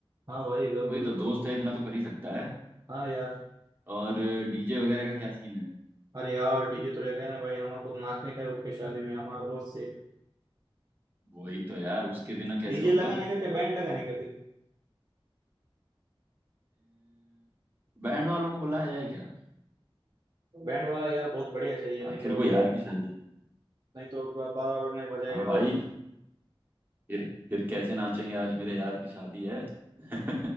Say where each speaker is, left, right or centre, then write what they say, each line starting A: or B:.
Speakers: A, on the right (about 40°); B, on the right (about 20°).
A: हाँ भाई जरूर
B: वही तो
A: जरूर
B: दोस्त है इतना तो कर ही सकता है
A: हाँ यार
B: और डीजे वगैरह का क्या सीन है
A: अरे यार डीजे तो रह गए ना भाई हमारे को तो नाचने का है उसके शादी में हमारा दोस्त से
B: वही तो यार उसके बिना कैसे
A: डीजे
B: होगा
A: लगाने का क्या बैंड लगाने का फिर
B: बैंड वालों को बुलाया जाए क्या
A: बैंड वाला यार बहुत बढ़िया चाहिए नहीं
B: आखिर
A: तो
B: को यार की शादी
A: नहीं तो बराबर नहीं बजाएगा
B: हाँ भाई
A: वो
B: फिर फिर कैसे नाचेंगे आज मेरे यार की शादी है <laughs>